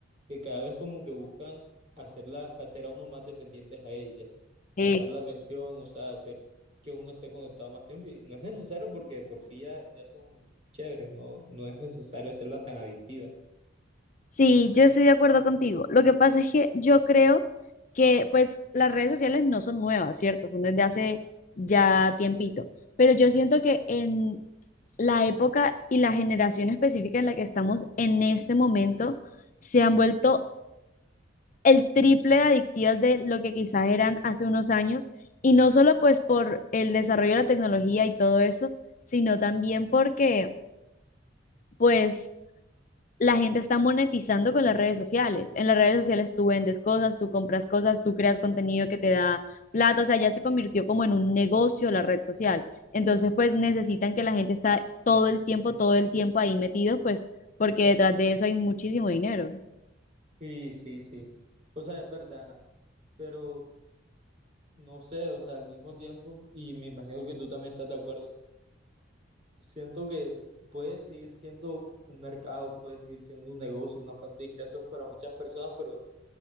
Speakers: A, on the right; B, on the left.
A: que cada vez como que buscan hacerla, hacer a uno más dependientes a ella, captar
B: Eh,
A: la atención, o sea, hacer que uno esté conectado más tiempo. Y no es necesario porque de por sí ya, ya son chéveres, no, no es necesario hacerla tan adictiva.
B: Sí, yo estoy de acuerdo contigo. Lo que pasa es que yo creo que pues las redes sociales no son nuevas, ¿cierto? Son desde hace ya tiempito. Pero yo siento que en la época y la generación específica en la que estamos en este momento se han vuelto el triple de adictivas de lo que quizás eran hace unos años. Y no solo pues por el desarrollo de la tecnología y todo eso, sino también porque pues la gente está monetizando con las redes sociales. En las redes sociales tú vendes cosas, tú compras cosas, tú creas contenido que te da plata, o sea, ya se convirtió como en un negocio la red social. Entonces, pues necesitan que la gente está todo el tiempo, todo el tiempo ahí metidos, pues porque detrás de eso hay muchísimo dinero.
A: Sí, sí, sí. O sea, es verdad, pero no sé, o sea, al mismo tiempo, y me imagino que tú también estás de acuerdo, siento que puede seguir siendo un mercado, puede seguir siendo un negocio, una fuente de ingresos para muchas personas, pero